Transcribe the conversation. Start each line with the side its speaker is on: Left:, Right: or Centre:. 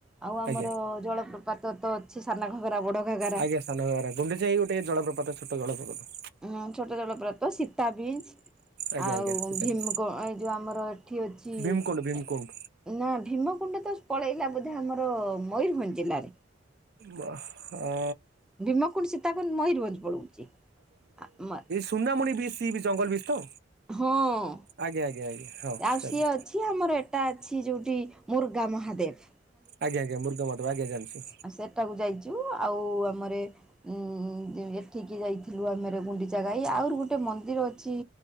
Centre: ଆଉ ଆମର
Right: ଆଜ୍ଞା
Centre: ଜଳପ୍ରପାତତ ଅଛି ସାନ ଘାଗରା ବଡ ଘାଗରା
Right: ଆଜ୍ଞା ସାନ ଘାଗରା ଗୁଣ୍ଡିଚାଇ ଗୋଟେ ଜଳପ୍ରପାତ ଛୋଟ ଜଳପ୍ରପାତ
Centre: ହଁ ଛୋଟ ଜଳପ୍ରପାତ ସୀତାବିଞ୍ଚ
Right: ଆଜ୍ଞା
Centre: ଆଉ
Right: ଆଜ୍ଞା ସେଇଟାକୁ
Centre: ଭୀମ କୁ ଏଇ ଯଉ ଆମର ଏଠିଅଛି
Right: ଭୀମକୁଣ୍ଡ ଭୀମକୁଣ୍ଡ
Centre: ଏ ନା ଭୀମକୁୁଣ୍ଡତ ସ ପଳେଇଲା ବୋଧେ ଆମର ମୟୂରଭଞ୍ଜ ଜିଲ୍ଲାରେ
Right: ବା ହଁ।
Centre: ଭୀମକୁଣ୍ଡ ସୀତାକୁଣ୍ଡ ମୟୂରଭଞ୍ଜ ପଳଉଛି ଆ ମ
Right: ଟୁନାମଣି ବି ସି ବିଜ ଜଙ୍ଗଲ ବିଚ ତ?
Centre: ହଁ।
Right: ଆଜ୍ଞା ଆଜ୍ଞା ଆଜ୍ଞା। ହଁ
Centre: ଆଉ
Right: ଚାଲି
Centre: ସିଏ ଅଛି ଆମର ଏଟା ଅଛି ଯୋଉଠି ମୃର୍ଗା ମହାଦେବ।
Right: ଆଜ୍ଞା ଆଜ୍ଞା ମୃର୍ଗା ମହାଦେବ ଆଜ୍ଞା ଜାଣିଛି।
Centre: ଆଉ ସେଟାକୁ ଯାଇଛୁ ଆଉ ଆମରେ ଉଁ ଏଠିକି ଯାଇଥିଲୁ ଆମର ଗୁଣ୍ଡିଚାଘାଈ ଆହୁରି ଗୋଟେ ମନ୍ଦିର ଅଛି।